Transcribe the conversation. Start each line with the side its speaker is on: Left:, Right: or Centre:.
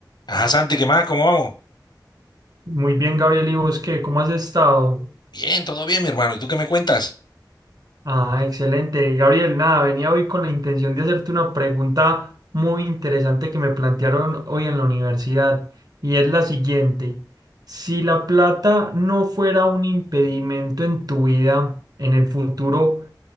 Left: Ajá, Santi, ¿qué más? ¿Cómo vamos?
Right: Muy bien, Gabriel, ¿y vos qué? ¿Cómo has estado?
Left: Bien, todo bien, mi hermano. ¿Y tú qué me cuentas?
Right: Ah, excelente. Gabriel, nada, venía hoy con la intención de hacerte una pregunta muy interesante que me plantearon hoy en la universidad y es la siguiente. Si la plata no fuera un impedimento en tu vida, en el futuro,